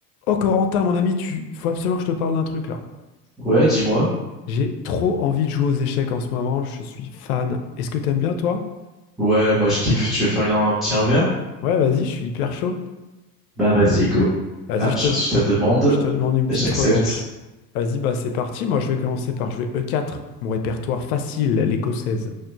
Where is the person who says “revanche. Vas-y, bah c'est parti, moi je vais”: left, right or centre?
Left